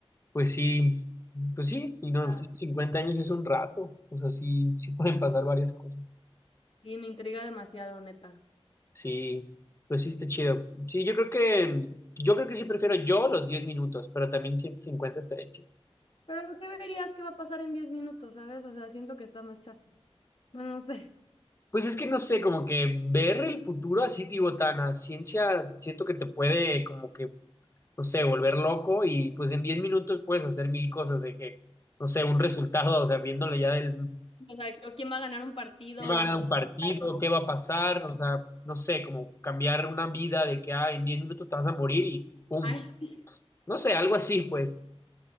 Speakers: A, on the left (about 25°); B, on the left (about 65°).
A: Pues sí, pues sí, y no,
B: Ah.
A: sí, 50 años es un rato, o sea, sí, sí pueden pasar varias cosas.
B: Sí, me intriga demasiado, neta.
A: Sí, pues sí está chido. Sí, yo creo que, yo creo que sí prefiero yo los 10 minutos, pero también 150 estaría chido.
B: Pero ¿qué verías que va a pasar en diez minutos, ¿sabes? O sea, siento que está más chafa. Bueno, no sé.
A: Pues es que no sé, como que ver el futuro así, digo, tan a ciencia, siento que te puede como que, no sé, volver loco y pues en 10 minutos puedes hacer mil cosas de que, no sé, un resultado, o sea, viéndole ya del,
B: O sea, ¿o ¿quién va a ganar un partido
A: quién va
B: y
A: a ganar
B: apostar?
A: un partido,
B: <laughs>
A: qué va a pasar, o sea, no sé, como cambiar una vida de que, ah, en 10 minutos te vas a morir y pum,
B: Ay, sí.
A: no sé, algo así, pues.